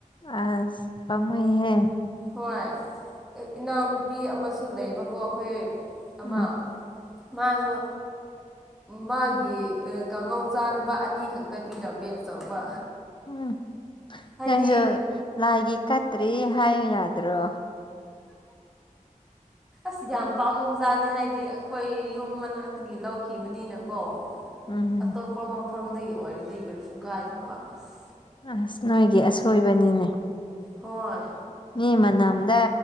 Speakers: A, on the left; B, in the centre.
A: ꯑ ꯄꯝꯨꯍꯦ
B: ꯍꯣꯏ ꯏꯅꯥꯎꯅꯨꯄꯤ ꯑꯃꯁꯨ ꯂꯩꯕꯀꯣ ꯑꯩꯈꯣꯏ ꯑꯃ
A: ꯎꯝ
B: ꯃꯥꯁꯨ ꯃꯥꯒꯤ ꯀꯥꯡꯉꯧ ꯆꯥꯅꯕ ꯑꯅꯤ ꯈꯛꯇ ꯄꯤꯔꯝꯃꯦ ꯑꯆꯧꯕ
A: ꯎꯝ
B: ꯍꯥꯏꯗꯤ
A: ꯅꯪꯁꯨ ꯂꯥꯏꯒꯤ ꯀꯠꯇ꯭ꯔꯤ ꯍꯥꯏꯌ ꯌꯥꯗ꯭ꯔꯣ
B: ꯑ ꯌꯥꯝ ꯄꯥꯝꯃꯨ ꯖꯥꯅꯤ ꯍꯥꯏꯗꯤ ꯑꯩꯈꯣꯏ ꯌꯨꯝ ꯃꯅꯥꯛꯇꯒꯤ ꯂꯧꯈꯤꯕꯅꯤꯅꯀꯣ
A: ꯎꯝ
B: ꯑꯇꯣꯞꯄ ꯃꯐꯝꯗꯒꯤ ꯑꯣꯏꯔꯗꯤ ꯀꯔꯤꯁꯨ ꯀꯥꯏꯗꯕ ꯑꯁ
A: ꯑꯁ ꯅꯣꯏꯒꯤ ꯑꯁꯣꯏꯕꯅꯤꯅꯦ
B: ꯍꯣꯏ
A: ꯃꯤ ꯃꯅꯝꯗ